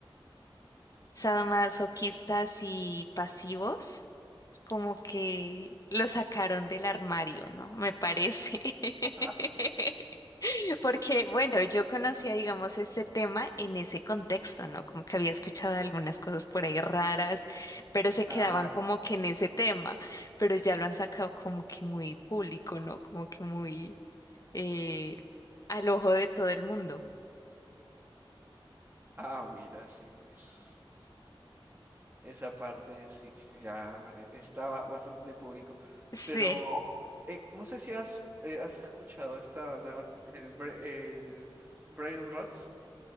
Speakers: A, on the left; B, on the right.
A: sadomasoquistas y pasivos, como que lo sacaron del armario, ¿no? Me parece. <laughs>
B: <laughs>
A: <laughs> Porque, bueno, yo conocía, digamos, este tema en ese contexto, ¿no? Como que había escuchado algunas cosas por ahí raras, pero se quedaban
B: Ah,
A: como que en ese tema, pero ya lo han sacado como que muy público, ¿no? Como que muy eh, al ojo de todo el mundo.
B: ah, mira, sí, pues esa parte sí, ya eh, estaba bastante público.
A: Sí.
B: Pero eh, no sé si has, eh, has escuchado esta nueva, el, bra- el Brain Rot.